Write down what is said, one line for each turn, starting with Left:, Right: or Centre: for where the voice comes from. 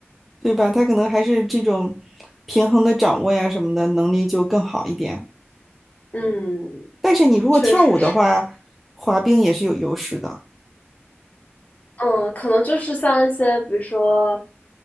Centre: 对吧？他可能还是这种平衡的掌握呀什么的能力就更好一点。
Left: 嗯，
Centre: 但是你如果跳舞的话，
Left: 确实是。
Centre: 滑冰也是有优势的。
Left: 嗯，可能就是像一些，比如说，